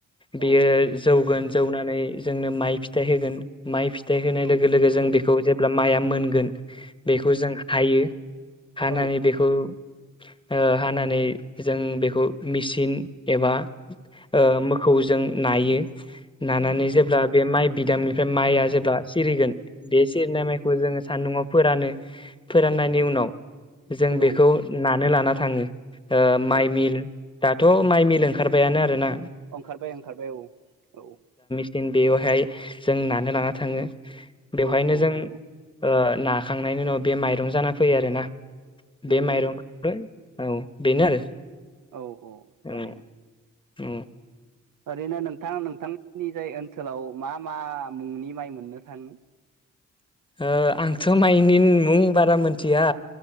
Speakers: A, on the left; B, on the right.
A: बेयो
B: औ
A: जौगोन जौनानै जोंनो माइ फिथाइ होगोन माइ फिथा फिथाइ होनाय
B: औ
A: लोगो जों बे बेखौ जेब्ला माइया मोनगोन बेखौ जों हायो हानानै
B: औ
A: बेखौ ओ हानानै जों बेखौ मेसिन एबा आ खौ जों नायो नानानै जेब्ला बे माइ बिदामनिफ्राय माइआ जेब्ला सिरिगोन बे सिरिनाय माइखौ जोङो सान्दुआव फोरानो <inaudible> फोराननायनि उनाव जों बेखौ
B: औ
A: ना नो लाना थाङो। ओ माइ
B: औ
A: मिल दाथ' माइ मिल ओं खारबायानो आरो ना
B: ओंखारबाय-ओंखारबाय औ-औ।
A: जेन बेवहाय जों नानो लाना थाङो। बेवहायनो
B: औ औ
A: जों
B: नंगौ
A: ओ नाखांनायनि उनाव बे माइरं जाना फैयो आरोना। बे
B: नंगौ
A: माइरं <unintelligible> औ बेनो आरो
B: औ-औ थारैनो।
A: औ औ।
B: ओरैनो नोंथांङा नोंथां जोंनि जाय ओनसोलाव मा-मा मुंनि माइ मोननो थाङो।
A: ओ आंथ' माइनि मुं बारा मिथिया।